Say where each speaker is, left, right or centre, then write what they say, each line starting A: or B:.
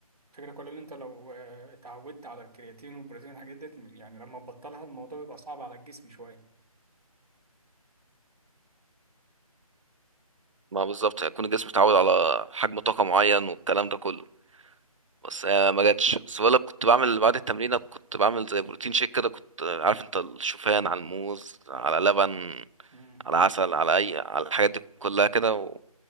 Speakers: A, on the right; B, on the right.
A: الفكرة كلها إن أنت لو آه، اتعودت على الكرياتين والبروتين والحاجات ديت يعني لما تبطلها الموضوع بيبقى صعب على الجسم شوية
B: ما بالظبط هيكون الجسم اتعود على حجم طاقة معين والكلام ده كله بس هي ما جاتش بس بقولك كنت بعمل بعد التمرين كنت بعمل زي بروتين شيك كده كنت عارف انت الشوفان على الموز على
A: اه
B: لبن
A: أمم.
B: على عسل على اي على الحاجات دي كلها كده